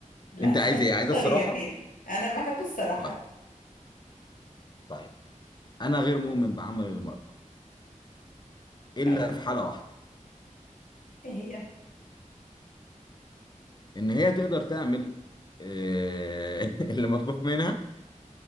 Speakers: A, on the left; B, on the left.
A: لا
B: انت عايز
A: خليك
B: ايه عايز الصراحه
A: صريح يعني أنا بحب الصراحة
B: طيب طيب انا غير مؤمن بعمل المرأة الا
A: حلو
B: في حاله واحده
A: ايه هي؟
B: ان هي تقدر تعمل آه، <laughs> اللي مطلوب منها